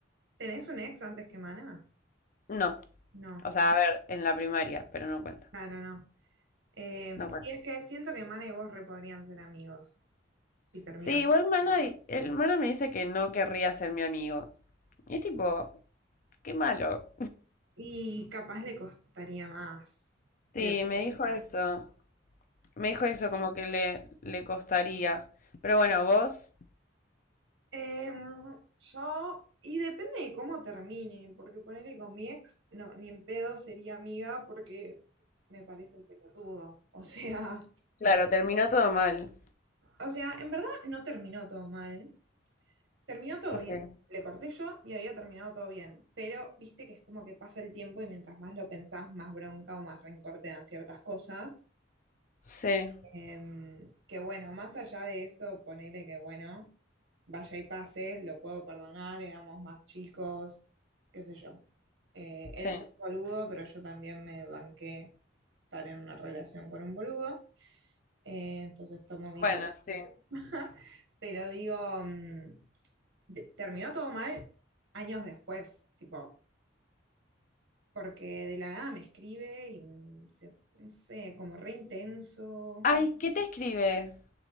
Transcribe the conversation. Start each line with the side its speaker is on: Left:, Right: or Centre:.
Right: ¿Tenés un ex antes que Mana?
Left: No.
Right: No,
Left: O sea, a ver, en la primaria, pero no cuenta.
Right: claro, no. Eh,
Left: No
Right: sí,
Left: cuenta.
Right: es que siento que Mana y vos re podrían ser amigos si termina
Left: Sí,
Right: todo.
Left: igual Mana, el Mana me dice que no querría ser mi amigo. Y es tipo, qué malo.
Right: Y capaz le costaría más de
Left: Sí,
Right: lo que
Left: me dijo eso. Me
Right: tenía.
Left: dijo eso, como que le, le costaría. Pero bueno, vos,
Right: Em, yo, y depende de cómo termine, porque ponerle con mi ex, no, ni en pedo sería amiga porque me parece un pelotudo. O sea,
Left: claro, terminó todo mal.
Right: o sea, en verdad no terminó todo mal, terminó todo
Left: Okay.
Right: bien. Le corté yo y había terminado todo bien, pero viste que es como que pasa el tiempo y mientras más lo pensás, más bronca o más rencor te dan ciertas cosas.
Left: Sí,
Right: Em, que bueno, más allá de eso, ponele que bueno, vaya y pase, lo puedo perdonar, éramos más chicos, qué sé yo. Eh, él
Left: sí.
Right: fue un boludo, pero yo también me banqué estar en una relación con un boludo, eh, entonces tomo mi
Left: Bueno,
Right: parte.
Left: sí.
Right: <laughs> Pero digo, mm, de- terminó todo mal años después, tipo, porque de la nada me escribe y mm, se- no sé, como re intenso.
Left: Ay, ¿qué te escribe?